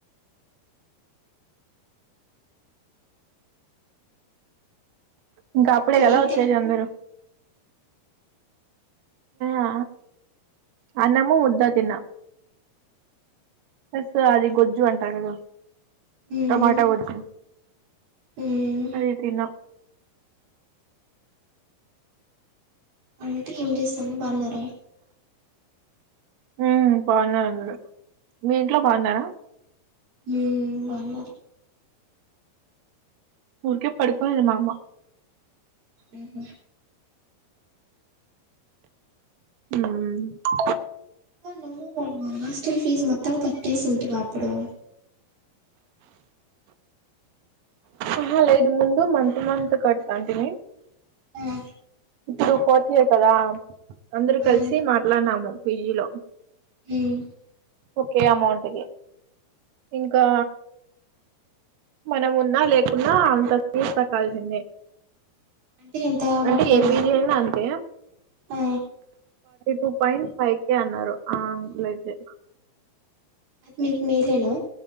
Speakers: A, on the right; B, on the right.
A: ఇంకా అప్పుడే కదా
B: ఏం
A: వచ్చేది
B: తిన్నావు
A: అందరు ఆ అన్నము ముద్ద తిన్న ఎస్ అది గొజ్జు అంటారు దు
B: మ్మ్
A: టమాటా గొజ్జు
B: మ్మ్
A: అదే తినం
B: అంటే ఏం చేస్తాంది బాన్నార
A: ఉ బాన్నారు అందురు మీ ఇంట్లో బాన్నారా
B: మ్మ్ బాగున్నారు
A: ఊరికే పడుకోనింది మా అమ్మ
B: మ్మ్
A: హ్మ్
B: నువ్వు హాస్టల్ ఫీజు మొత్తం కట్టేసింటివా అప్పుడు
A: ఆహా లేదు ముందు మంత్ మంత్ కడతాంటిమి
B: ఆ
A: ఇప్పుడు ఫోర్త్ ఇయర్ కదా అందరు
B: ఆ
A: కలిసి మాట్లాడినాము పీజీ లో
B: మ్మ్
A: ఒకే అమౌంట్కి ఇంకా మనమున్నా లేకున్నా అంత ఫీ కట్టాల్సిందే
B: అంటే ఎంత
A: అంటే
B: మాట్లాడినారు
A: ఏ పీజీ అయినా అంతే
B: ఆ
A: టూ పాయింట్ ఫైకె అన్నారు ఆ అట్లయితే
B: మీకు మేలేనా